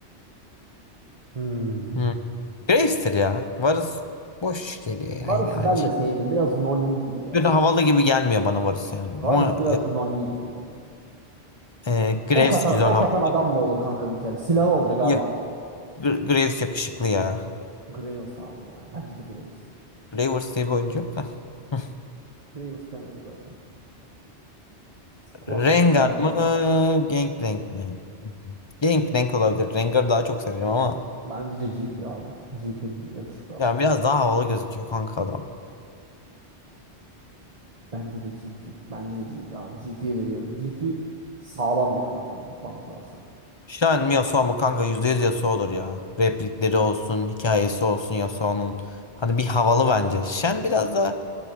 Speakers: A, on the right (about 35°); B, on the left (about 30°).
A: Hmm. hmm.
B: Hmm. Graves'tir ya. Varus boş geliyor yani
A: Varus'u
B: yine aynı
A: ben
B: şey.
A: de sevmiyorum. Biraz nonni gibi ya.
B: Böyle havalı gibi gelmiyor bana Varus yani.
A: Varus
B: Ama
A: biraz nonni gibi ya.
B: e, e, Graves
A: Ok atan,
B: güzel
A: ok
B: havalı.
A: atan adam mı olur kanka bir kere? Silahı olacak abi.
B: Ya, Graves yakışıklı ya.
A: Graves abi ya. Bence de Graves ya.
B: Gravers diye bir oyuncu yok da. <laughs>
A: Graves demedim zaten. Kulaklarım
B: Rengar
A: baktı
B: mı?
A: kardeşim.
B: Gangplank mi? Gangplank olabilir. Rengar'ı daha çok severim ama.
A: Bence de GP abi. GP yakışıklı adam.
B: Ya biraz daha havalı gözüküyor kanka adam.
A: Bence de GP. Bence de GP abi. GP'ye veriyorum. GP sağlam bir adam ya bana sorarsan.
B: Shen mi Yasuo mu kanka %100 Yasuo'dur ya. Replikleri olsun, hikayesi olsun Yasuo'nun. Hani bir havalı bence. Shen biraz da